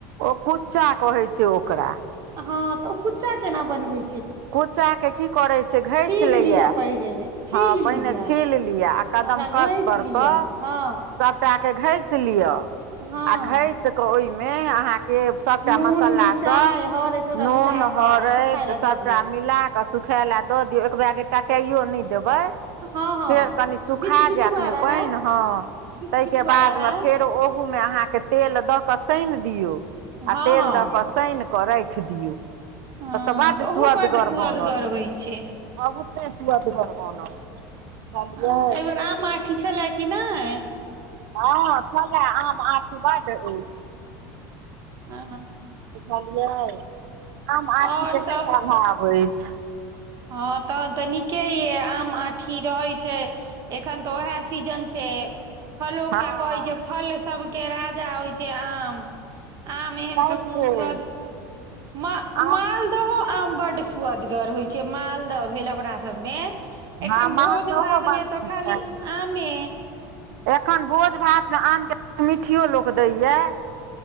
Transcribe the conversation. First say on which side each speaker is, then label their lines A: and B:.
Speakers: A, on the right; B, on the right.
A: ओ कुच्चा कहै छै ओकरा।
B: हँ, तऽ ओ कुच्चा केना बनबे
A: कुच् चाके की करैत छै, घैस
B: छील
A: लैया,
B: लिअ पहिरे छील
A: हँ, पहिने
B: लिअ
A: छील लिअ आ कदम
B: ओकरा घैस
A: कस पर
B: लिअ
A: कऽ
B: हँ
A: सब टा के घैस लिय,
B: हँ
A: आ घैस के ओहिमे अहाँके सबटा
B: नून
A: मसला
B: मिरचाइ
A: सब,
B: हर सबटा
A: नून
B: मिला कऽ
A: हरैद
B: आ सुखाय लए
A: सब
B: दऽ दियौ
A: मिलााक सुखाय ल द दियऔ, एकबेगे टटाइयो नहि देबे।
B: हँ हँ
A: फेर कनि सुखा
B: बिच बिचुआ
A: जायत ने
B: रहै
A: पानि, हँ।
B: बिच
A: ताहिके
B: बिचुआ
A: बादमे,
B: रहै
A: फेर ओहूमे अहाँके, तेल दऽ कऽ सानि दियौ, आ
B: हँ
A: तेल
B: हँ
A: दऽ कऽ, साइन कऽ राखि दियौ,
B: हँ
A: तऽ तऽ बड्ड
B: ओहो
A: सुआदगर
B: बड्ड सुअदगर
A: बोनत,
B: होइ छै
A: बहुते सुआदगर बनत। बुझलियै
B: हाँ, एहि बेेर आम आठी छला कि नहि,
A: हँ छला, आम आठी बड्ड अछि।
B: आ
A: बुझलियै, आम
B: आओर
A: आठी के
B: सब
A: नहि अभाव अछि।
B: हँ, तहन तऽ नीके ये, आम आठी रहै छै एखन तऽ ओहे सीजन छै, फलोका
A: हँ
B: कहै जे, फल सबके राजा होइ छै आम। आम
A: सही
B: एहन तखनो
A: छै
B: स्वाद, मालदहो
A: आम
B: आम बड सुअदगर होइ छै, मालदह भेल अपना सब मे, एखन
A: हँ मानदहो
B: भोज भातमे
A: बड
B: तऽ
A: नीक
B: खाली
A: छै
B: आमे,
A: एखन भोज भातमे आमके, मिट्ठियो लोक दैए।